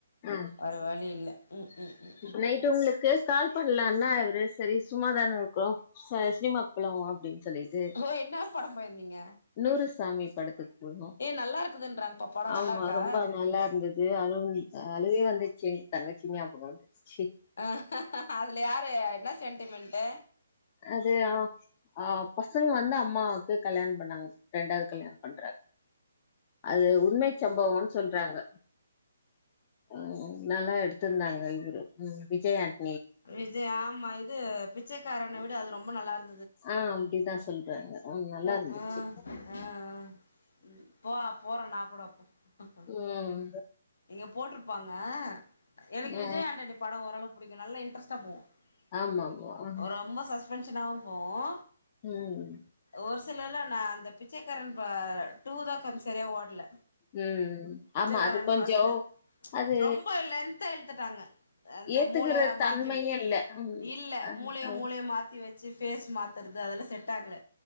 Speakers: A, on the left; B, on the left.
A: ம்
B: வேற வழி இல்ல ம் ம் ம்
A: இப்ப நைட்டு் உங்ளுக்கு கால் பண்லான்னா இவுரு செரி சும்மாதான இருக்கோ ச சினிமாக் போலா வா அப்டின் சொல்லீட்டு
B: ஏ என்னா படம் போய்ர்ந்தீங்க
A: நூறு சாமி படத்துக் போனோ
B: நல்லா இருக்குதுன்றாங்கப்பா படம்
A: ஆமா
B: நல்லா இருக்கா
A: ரொம்ப நல்லார்ந்து து அழுவுனி அ அழுகயே வந்துர்ச்சி எ தங்கச்சி ஞாபகம் வந்துர்ச்சி
B: அ அதுல யாரு என்னா சென்ட்டிமென்ட்டு
A: அது ஆ ஆ பசங்க வந்து அம்மாவுக்கு கல்யாண்ம் பண்ணாங்க ரெண்டாவ்து கல்யாணம் பண்றாங் அது உண்மை சம்பவோன் சொல்றாங்க ம் நல்லா எடுத்திர்ந்தாங்க இவுரு ம் விஜய் ஆண்
B: இது ஆமா இது பிச்சைக்காரன விட அது ரொம்ப நல்லார்ந்
A: ஆ அப்டித்தா சொல்றாங்க ம் நல்லார்ந்துச்சி
B: ஆ ஆ ஆ ம் போ போற நா கூட இப்போ ம் ம்
A: ம்
B: இங்க போட்ருப்பாங்க எனக்கு விஜய்
A: ஆ
B: ஆண்டனி படோ ஓரளவுக் புடிக்கு நல்ல இன்ட்ரெஸ்ட்டா போவு
A: ஆமா ஆமா
B: ரொம்ப சஸ்பென்ஷனாவு போவு
A: ம்
B: ஒரு சிலர்லா நா அந்த பிச்சைக்காரன் பா டூ தா கொஞ் செரியா ஓட்ல
A: ம்
B: பிச்சைக்காரன்
A: ஆமா அது கொஞ்சோ
B: ஃபஸ்ட்டு
A: அது
B: ரொம்போ இல்ல லென்த்தா எட்த்துட்டாங்க அந்த
A: ஏத்துக்கிற
B: மூள
A: தன்மையே
B: மாத்தி
A: இல்ல ம்
B: இல்ல
A: அ
B: மூளைய
A: அ
B: மூளைய மாத் தி வெச்சு ஃபேஸ் மாத்தறது அதெல்லா செட்டாக்ல